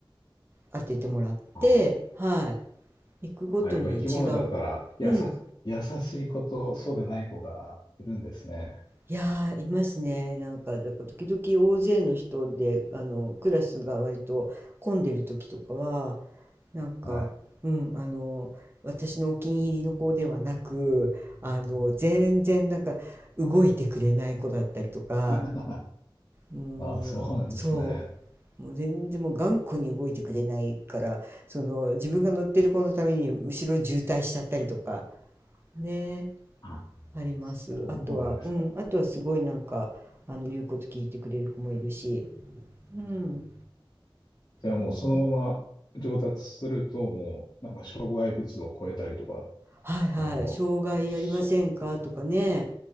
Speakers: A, on the right; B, on the left.
A: 当ててもらっては
B: あ、
A: い行くごとに違う。
B: あやっぱ生き物だから、やさ、
A: うん。
B: 優しい子とそうでない子がいるんですね。
A: いやーいますね。なんか、だから時々大勢の人であのクラスが割と混んでる時とかはなんか、
B: はい。
A: うん、あの、私のお気に入りの子ではなく、あの、全然なんか動いてくれない子だったりとか、
B: <laughs>
A: もう、
B: ああ、そうなんですね。
A: そう、もう全然もう頑固に動いてくれないから、その、自分が乗ってる子のために後ろ渋滞しちゃったりとか、ね、
B: あ
A: あります。
B: そうなんですか。
A: あとは、うん、あとはすごいなんか、あの、言うこと聞いてくれる子もいるし、うん、
B: じゃあもうそのまま上達すると、
A: うん
B: もう、なんか障害物を超えたりとか、
A: はいはい、
B: あの、
A: 障害ありませんかとかね、
B: そ、